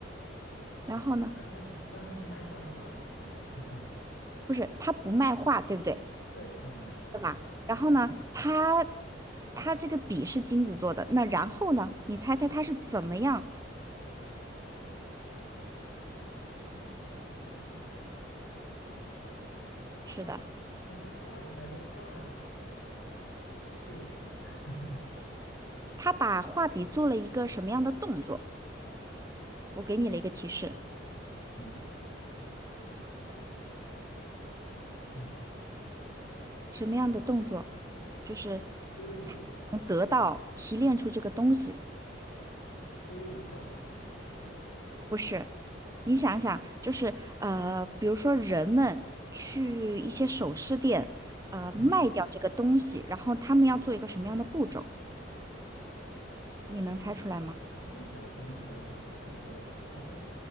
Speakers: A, on the right (about 20°); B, on the left (about 70°).
A: 然后呢，
B: 那他是那他是卖他的画笔是吗？<laughs>
A: 不是，他不卖画，对不对？
B: 对，他不卖画，
A: 对吧？
B: 嗯嗯，
A: 然后呢，他他这个笔是金子做的，那然后呢，你猜猜他是怎么样？
B: 金子做的画笔，
A: 是的，
B: 那他那他画出来的画不也是金子？<laughs>
A: 他把画笔做了一个什么样的动作？我给你了一个提示，
B: 嗯，那把画笔，嗯，
A: 什么样的动作？就是
B: 挥舞
A: 他能得到提炼出这个东西，
B: 挥舞画笔是吗？还是
A: 不是？你想想，就是呃，比如说人们去一些首饰店，呃，
B: 嗯，
A: 卖掉这个东西，然后他们要做一个什么样的步骤？你能猜出来吗？
B: 卖掉东西要做要做步骤？